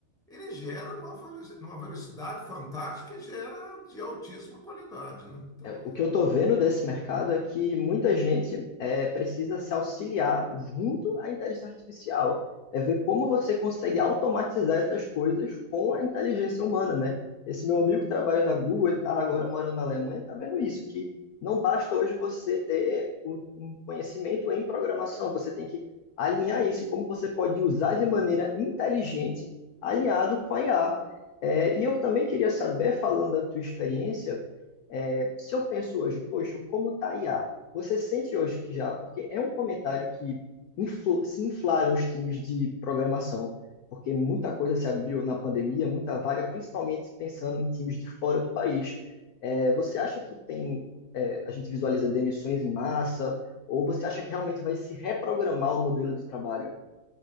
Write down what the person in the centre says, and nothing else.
ele gera numa, velo- numa velocidade fantástica e gera de altíssima qualidade, né? Então